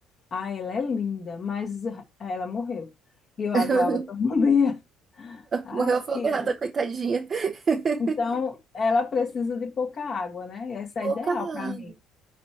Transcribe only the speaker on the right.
<laughs>
Morreu afogada,
coitadinha. <laughs>
Pouca
água.